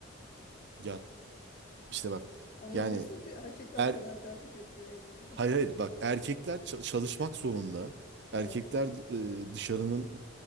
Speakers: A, on the right; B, on the left.
A: Ya işte bak
B: Ama
A: yani
B: diyorsun ki erkekler
A: Er,
B: fedakarlık yapıyor evlenerek.
A: hayır hayır
B: <laughs>
A: bak erkekler ça- çalışmak zorunda.
B: Evet.
A: Erkekler e, dışarının